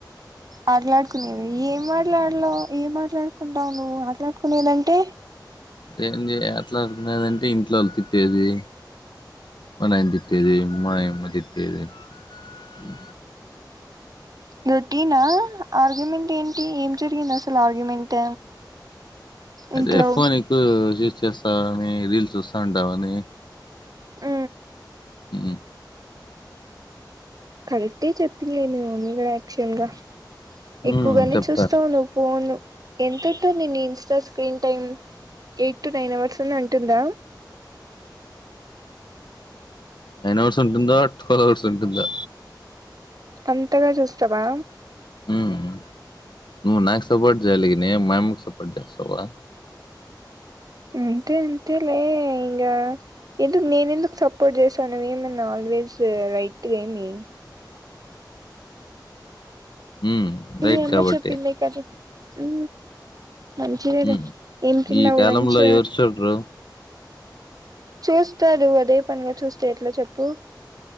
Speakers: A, on the right; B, on the left.
A: ఆట్లాడుకునేవీ ఏం మాట్లాడలో ఏం మాట్లాడుకుంటావు నువ్వు అ ఆటల్ ఆడుకునేదంటే
B: ఏం చేయ ఆటలాడ్కునేదంటే ఇంట్లో వాళ్ళు తిట్టేది మా నయన తిట్టేది అ మామ తిట్టేది ఇ
A: రొటీనా ఆర్గ్యుమెంట్ ఏంటి ఏం జరిగింది అసల్ ఆర్గ్యుమెంట్
B: అదే
A: ఇంట్లో
B: ఫోన్ ఎక్కువ యూస్ చేస్తా అనీ రీల్స్ చూస్తా ఉంటావని
A: ఆ
B: ఉ
A: కరెక్టే చెప్పిందిలే మీ మమ్మీ గుడా యాక్చువల్గా
B: మ్మ్
A: ఎక్కువగానే
B: చెప్తారు
A: చూస్తావు ను ఫోన్ ఎంత అవుతుంది నీ Insta screen time eight to nine hours అని ఉంటుందా
B: నైన్ అవర్స్ ఉంటుందో ట్వెల్వ్ అవర్స్ ఉంటుందొ
A: అంతగా చూస్తావా
B: మ్ నువ్ నాకు సొపోట్ చేయాలి నేన్ మయం కొట్టేస్తావా
A: అంతే అంతే లే ఇంకా, ఎందుకు నేను ఎందుకు సపోర్ట్ చేశానువిమని ఆల్వేస్ రైట్గా ఏమి
B: మ్మ్ రైట్
A: మీ అమ్మ
B: కాబట్టి
A: చెప్పింది కద ఉ మంచి
B: మ్మ్
A: ఏం తిన్నావ్
B: ఈ కాలంలో
A: లంచ్
B: ఎవరు చూడరు
A: చూస్తాడు అదే పనిగా చూస్తే ఎట్లా చెప్పు